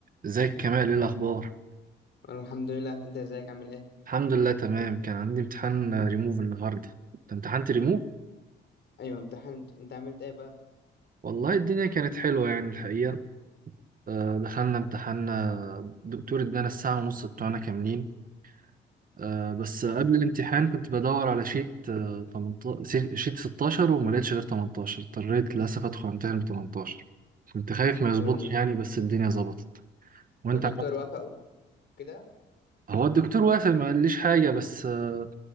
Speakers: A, on the right; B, on the left.
A: ازيك كمال ايه الاخبار
B: انا الحمد لله انت ازيك عامل ايه
A: الحمد لله تمام كان عندي امتحان ريموف النهارده انت امتحنت ريموف
B: ايوه امتحنت انت عملت ايه بقى
A: والله الدنيا كانت حلوه يعني الحقيقه آه، دخلنا امتحان دكتور ادانا الساعه ونص بتوعنا كاملين آه، بس قبل
B: حلو
A: الامتحان كنت بدور على شيت آه، 18 شيت 16 وما لقيتش غير 18 اضطريت للاسف ادخل امتحان ب 18 كنت خايف ما يظبطش
B: وال...
A: يعني بس الدنيا ظبطت وانت
B: والدكتور
A: عملت
B: وافق
A: إيه؟
B: وكده
A: هو الدكتور وافق ما قاليش حاجه بس آه،